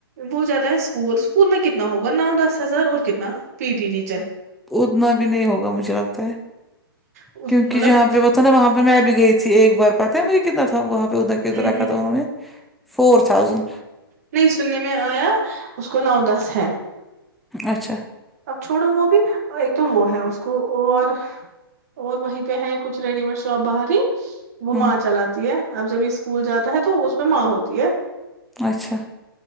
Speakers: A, on the right; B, in the centre.
A: وہ زیادہ ہے اسکول اسکول میں کتنا ہوگا نو دس ہزار اور کتنا پی ٹی ڈی
B: اتنا بھی نہیں ہوگا مجھے لگتا ہے
A: مطلب
B: کیونک جہاں پہ وہ تھا نا وہاں پہ میں بھی گئی تھی ایک بار پتاہ ہے مجھے کتنا تھا وہاں پہ ادھر کے ادھر
A: ہ
B: رکھا
A: ہ
B: تھا انہوں نے فور تھازینڈ
A: نہیں سننے میں آیا اس کو نو دس ہے
B: اچھا
A: اب چھوڑو وہ بھی ایک تو وہ ہے اس کو اور اور وہیں پہ ہے کچھ ریڈی میڈ سوپ باہری وہ
B: ہمم
A: ماں چلاتتی ہے اب جب یہ اسکول جاتا ہے تو اس میں ماں ہوتی ہے
B: اچھا